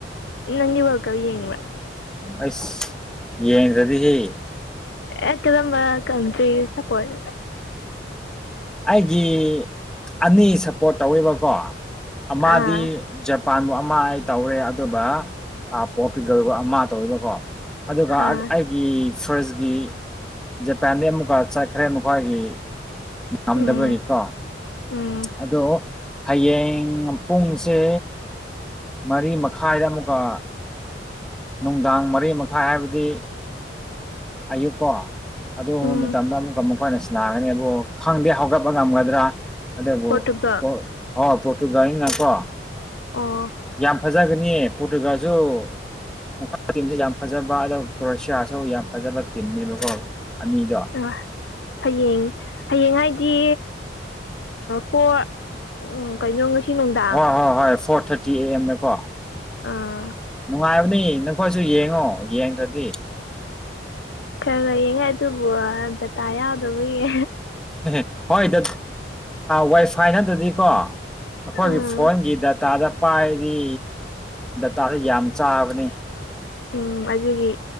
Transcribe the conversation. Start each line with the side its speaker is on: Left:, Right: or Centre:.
Left: ꯅꯪꯗꯤ ꯋꯥꯔꯜ ꯀꯞ ꯌꯦꯡꯕ꯭ꯔꯥ
Centre: ꯑꯁ ꯌꯦꯡꯗꯔꯗꯤ
Left: ꯑꯦ ꯀꯥꯔꯝꯕ ꯀꯟꯇꯔꯤꯗꯥ ꯁꯄꯣꯠ
Centre: ꯑꯩꯒꯤ ꯑꯅꯤ ꯁꯞꯄꯣꯔꯠ ꯇꯧꯋꯦꯕꯀꯣ ꯑꯃꯗꯤꯗꯤ
Left: ꯑꯥ
Centre: ꯃꯄꯥꯟꯕꯨ ꯑꯃ ꯑꯩ ꯇꯧꯔꯦ ꯑꯗꯨꯒ ꯄꯣꯔꯇꯨꯒꯜꯕꯨ ꯑꯃ ꯇꯧꯔꯤꯕꯀꯣ ꯑꯗꯨꯒ
Left: ꯑꯥ
Centre: ꯑꯩꯒꯤ ꯐ꯭ꯔꯦꯟꯁꯀꯤ ꯖꯄꯥꯟꯗꯤ ꯑꯃꯨꯛꯀ ꯆꯠꯈ꯭ꯔꯦ ꯃꯈꯣꯏꯒꯤ ꯉꯝꯗꯕꯒꯤꯀꯣ
Left: ꯎꯝ ꯎꯝ
Centre: ꯑꯗꯣ ꯍꯌꯦꯡ ꯄꯨꯡꯁꯦ ꯃꯔꯤ ꯃꯈꯥꯏꯗ ꯑꯃꯨꯛꯀ ꯅꯨꯡꯗꯥꯡ ꯃꯔꯤ ꯃꯈꯥꯏ ꯍꯥꯏꯕꯗꯤ ꯑꯌꯨꯛ ꯀꯣ ꯑꯗꯨꯒꯨꯝꯕ
Left: ꯎꯝ
Centre: ꯃꯇꯝꯗ ꯑꯃꯨꯛꯀ ꯃꯈꯣꯏꯅ ꯁꯤꯅꯥꯒꯅꯤ ꯑꯗꯨꯕꯨ ꯈꯪꯗꯦ ꯍꯧꯒꯠꯄ ꯉꯝꯒꯗ꯭ꯔꯥ ꯑꯗꯨꯕꯨ
Left: ꯄꯣꯔꯇꯨꯒꯜ
Centre: ꯍꯣ ꯄꯣꯇꯨꯒꯟ ꯅꯤꯅꯥꯀꯣ
Left: ꯑꯣ
Centre: ꯌꯥꯝ ꯐꯖꯒꯅꯤꯌꯦ ꯄꯨꯠꯇꯨꯒꯜꯁꯨ ꯃꯈꯣꯏ ꯇꯤꯝꯁꯨ ꯌꯥꯝ ꯐꯖꯕ ꯑꯗꯨꯒ ꯀ꯭ꯔꯣꯋꯁꯤꯌꯥꯁꯨ ꯌꯥꯝ ꯐꯖꯕ ꯇꯤꯝꯅꯦꯕꯀꯣ ꯑꯅꯤꯗꯣ
Left: ꯑ ꯍꯌꯦꯡ ꯍꯌꯦꯡ ꯍꯥꯏꯗꯤ ꯐꯣꯔ ꯀꯩꯅꯣ ꯉꯁꯤ ꯅꯨꯡꯗꯥꯡ
Centre: ꯍꯣꯏ ꯍꯣꯏ ꯍꯣꯏ ꯐꯣꯔ ꯊꯥꯔꯇꯤ ꯑꯦ ꯑꯦꯝ ꯗꯥꯀꯣ
Left: ꯑꯥ
Centre: ꯅꯨꯡꯉꯥꯏꯕꯅꯤ ꯑꯩꯈꯣꯏꯁꯨ ꯌꯦꯡꯉꯣ ꯌꯦꯡꯗ꯭ꯔꯗꯤ
Left: ꯈꯔꯅ ꯌꯦꯡꯉꯥꯏ ꯑꯗꯨꯕꯨ ꯗꯇꯥ ꯌꯥꯎꯗꯕꯒꯤ
Centre: ꯍ ꯍꯣꯏ ꯗ ꯋꯥꯏꯐꯥꯏ ꯅꯠꯇ꯭ꯔꯗꯤꯀꯣ ꯑꯩꯈꯣꯏꯒꯤ
Left: ꯑꯥ
Centre: ꯐꯣꯟꯒꯤ ꯗꯇꯥꯗ ꯄꯥꯏꯗꯤ ꯇꯥꯔꯦ ꯌꯥꯝ ꯆꯥꯕꯅꯤ
Left: ꯎꯝ ꯑꯗꯨꯒꯤ